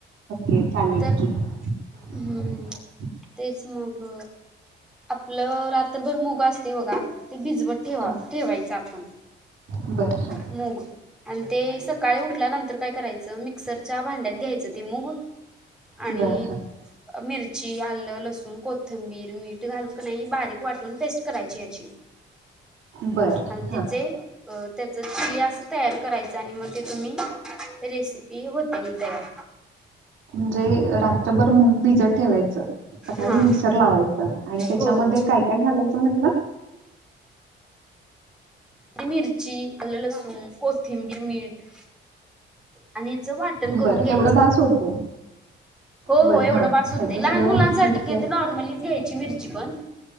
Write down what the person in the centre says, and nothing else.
तर
हम्म हम्म तेच मग आपलं रात्रभर मुग असतंय बघा ते भिजवत ठेवा
ठेवायचं आपण.
मूग अन ते सकाळी उठल्यानंतर काय करायचं मिक्सरच्या भांड्यात घ्यायचं ते मूग आणि
मिरची, आलं, लसूण कोथंबीर, मीठ घालून का नाही बारीक वाटून पेस् करायची याची
आणि
तिचे त्याचं चिली असं तयार करायचं आणि मग ते तुम्ही रेसिपी होतय ही तयार.
हा
हो
आणि मिरची, आलं, लसूण कोथिंबीर, मीठ आणि याचं वाटण करून
घ्यायचं.
हो
हो एवढं
बास होतय,
लहान मुलांसाठी
कि ते नॉर्मलीच घ्यायची मिरची पण.